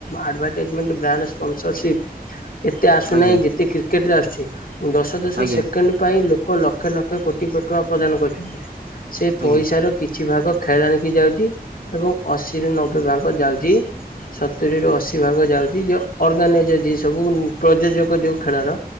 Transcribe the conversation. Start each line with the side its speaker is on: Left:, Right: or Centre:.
Left: ଆଡ଼ଭର୍ଟାଇଜମେଣ୍ଟ, ବ୍ରାଣ୍ଡ ସ୍ପନ୍ସରସିପ୍ ଏତେ ଆସୁନାହିଁ
Right: ଆଜ୍ଞା
Left: ଯେତେ କ୍ରିକେଟ ରେ ଆସୁଛି। ଦଶ ଦଶ
Right: ଆଜ୍ଞା
Left: ସେକେଣ୍ଡ ପାଇଁ ଲୋ ଲୋକ ଲକ୍ଷେ ଲକ୍ଷେ କୋଟି କୋଟି ଟଙ୍କା ପ୍ରଦାନ କରୁଛନ୍ତି। ସେ ପଇସାର
Right: ଆଜ୍ଞା ଆଜ୍ଞା
Left: କିଛି ଭାଗ ଖେଳାଳି କି ଯାଉଛି ଏବଂ ଅଶୀରୁ ନବେ ଭାଗ ଯାଉଛି ସତୁରିରୁ ଅଶୀ ଭାଗ ଯାଉଛି ଯେ ଅର୍ଗାନାଇଜର୍ ଯିଏ ସବୁ ପ୍ରଯୋଜକ ଯେଉଁ ଖେଳର।